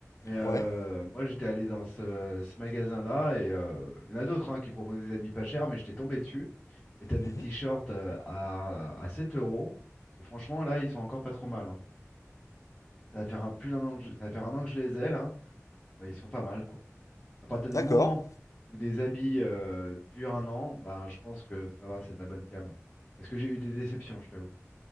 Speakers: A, on the left; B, on the left.
A: euh,
B: Ouais,
A: moi j'étais allé dans ce, ce magasin-là et euh, il y en a d'autres hein, qui proposent des habits pas chers, mais j'étais tombé dessus. Et t'as des
B: mhm,
A: t-shirts euh, à, à 7 euros. Et franchement là ils sont encore pas trop mal. hein. Ça va faire un, plus d'un an que je, ça va faire un an que je les ai là. Euh, ils sont pas mal quoi. À partir du
B: d'accord.
A: moment où des habits euh, durent un an, ben je pense que ça va, c'est de la bonne cam. Parce que j'ai eu des déceptions, je t'avoue.